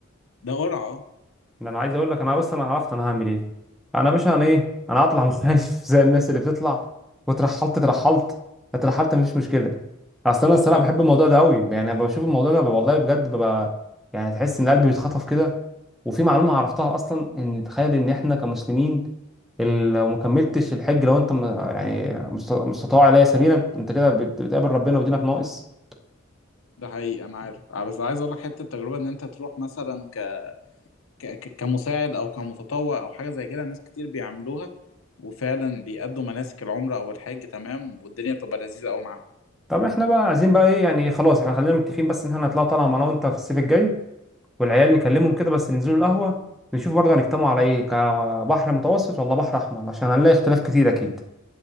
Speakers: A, on the left (about 80°); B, in the centre.
A: ده قرعة اه
B: ده انا عايز اقول لك انا بس انا عرفت انا هعمل ايه انا يا باشا انا ايه انا هطلع مختلف <laughs> زي الناس اللي بتطلع واترحلت اترحلت اترحلت مفيش مشكله اصل انا الصراحه
A: طيب
B: بحب الموضوع ده قوي يعني انا بشوف الموضوع ده والله بجد ببقى يعني تحس ان قلبي بيتخطف كده وفي معلومه عرفتها اصلا ان تخيل ان احنا كمسلمين ال- لو ما كملتش الحج لو انت م- يعني مست- مستطاع اليه سبيلا انت كده بت- بتقابل ربنا ودينك ناقص
A: ده حقيقي انا عارف آه، بس عايز اقول لك حته التجربه ان انت تروح مثلا ك... ك... ك- كمساعد او كمتطوع او حاجه زي كده ناس كتير بيعملوها وفعلا بيأدوا مناسك العمره او الحج تمام والدنيا بتبقى لذيذه قوي معاهم
B: طب احنا بقى عايزين بقى ايه يعني خلاص احنا خلينا متفقين بس ان احنا هنطلعوا طالعه معانا وانت في الصيف الجاي والعيال نكلمهم كده بس ننزلوا القهوة نشوف برضه هنجتمعوا على ايه كبحر متوسط ولا بحر احمر عشان هنلاقي اختلاف كتير اكيد